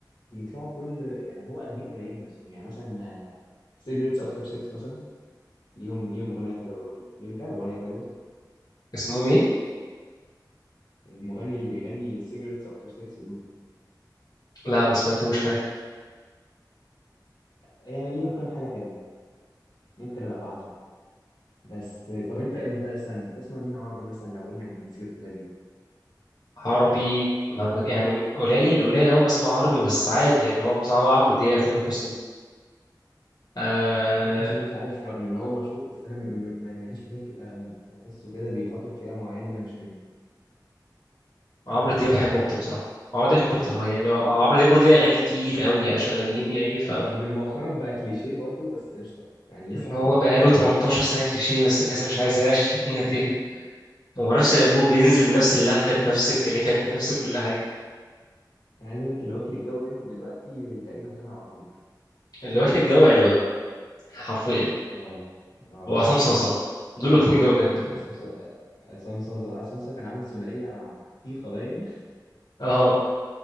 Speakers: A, on the left; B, on the left.
A: بيطلعوا كل يعني هو اغانيهم قليله نفسهم يعني مثلا سيجرتس افتر 6 مثلا ليهم ليهم اغنيه حلوه برضو ليهم كام اغنيه حلوه
B: اسمهم ايه
A: المغني اللي بيغني سيجرتس افتر 6 دول
B: لا ما سمعتوش حاجه
A: يعني ليهم كام حاجه حلوه ممكن ابقى ابعت لك بس طب انت انت استنى بتسمع مين عربي مثلا لو قلنا جديد سيبك من القديم
B: عربي ما ب... يعني قليل قليل أوي ما اسمع عربي بس عادي يعني هو مثلا عمرو دياب تامر حسني آه...
A: يعني تامر حسني ده مش عارف رغم ان هو مشهور بس انا م- م- ماليش في سكه اغانيه بحسه كده بيخاطب فئه معينه انا مش منهم
B: عمرو دياب بحبه أكتر بصراحة عمرو دياب بحبه أكتر آه، يعني آه،
A: او
B: عمرو دياب برضه ليه أغاني كتير أوي عشان قديم يعني ف
A: رغم انه مؤخرا بقى كليشيه برضه بس قشطه يعني
B: يعني
A: لسه حلو
B: هو بقاله 18 سنة كليشيه بس الناس مش عايزة <laughs> عشان
A: <laughs>
B: هي ايه هو نفس الألبوم بينزل بنفس اللحن بنفس الكلمات <laughs> بنفس كل حاجة
A: انا عايز اقول لك اللي واكل الجو منهم دلوقتي تقريبا تامر عاشور
B: اللي واكل الجو عنبة حرفيا يعني
A: اه اه
B: وعصام صاصا دول واكلين الجو بجد
A: عصام صا- عصام صاصا عصام صاصا كان عامل ثنائيه مع تيخا باين
B: اه